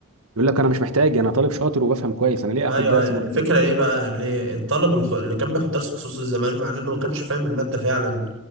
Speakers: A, on the right; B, on the right.
A: يقول لك انا مش محتاج انا طالب شاطر وبفهم كويس انا ليه
B: ايوه
A: اخد درس
B: ايوه
A: مرتين
B: الفكره ايه بقى ليه الطالب الخ- اللي كان بياخد درس خصوصي زمان مع انه ما كانش فاهم الماده فعلا